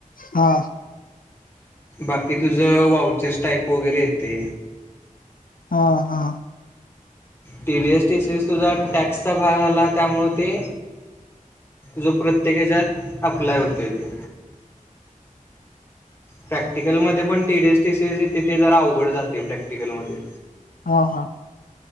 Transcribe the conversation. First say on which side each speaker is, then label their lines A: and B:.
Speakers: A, on the left; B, on the left.
A: हा.
B: बाकी तुझ वाउचरस टाईप वगैरे येते.
A: हा हा.
B: टीडीएस टीसीएस तुझा टॅक्सचा भाग आला, त्यामुळे ते जो प्रत्येकाच्यात अप्लाय होतोय ते. प्रॅक्टिकलमध्ये पण टीडीएस टी सीएस यथे, ते जरा अवघड जाते प्रॅक्टिकलमध्ये.
A: ह हा.